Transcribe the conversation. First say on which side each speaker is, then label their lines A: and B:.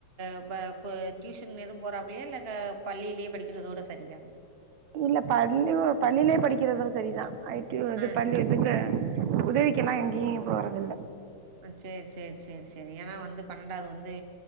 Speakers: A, on the right (about 40°); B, on the right (about 75°).
A: இப்ப கொ டியூஷன் எதுவும் போறாப் லயா இல்ல க பள்ளியிலயே படிக்கிறதோட சரியா?
B: இல்ல பள்ளிவு பள்ளிலயே படிக்கிறதோட சரிதா ஐ டி யூ அது
A: ஆ
B: பள்ளி இதுக்கு உதவி க்கெல்லா எங்கேயு போறதுல்ல
A: சரி சரி சரி சரி ஏனா வந்து பன்னெண்டாவது வந்து